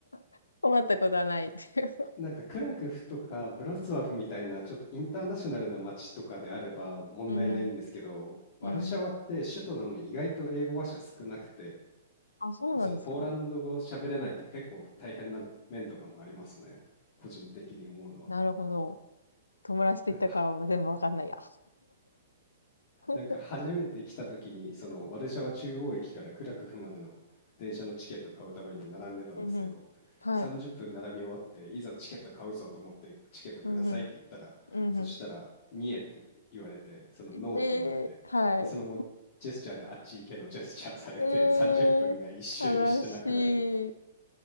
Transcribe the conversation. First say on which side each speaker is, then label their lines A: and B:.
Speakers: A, on the left (about 80°); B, on the left (about 50°).
A: <laughs> 困ったことはないっていう。
B: なんかクラクフとかブロツワフみたいなちょっとインターナショナルな街とかであれば問題ないんですけど、
A: うん、
B: ワルシャワって首都なのに意外と英語話者少なくて、
A: うん。あ、そうなんですか
B: そのポーランド語喋れないと結構大変な面とかもありますね。個人的に思うのは。
A: なるほど。友達と行ったから全部わかんないや。
B: なんか
A: <laughs>
B: なんか初めて来た時にそのワルシャワ中央駅からクラクフまでの電車のチケット買うために並んでたんですけど30分並び終わっていざチケット買うぞと思ってチケットくださいって言ったらそしたら「ニエ」って言われてその「ノー」って言われてでそのままジェスチャーであっち行けのジェスチャーされて30分が一瞬にしてなくなり
A: うんうん。はい。うんうん。うんうん。で、はい。えー、悲しい。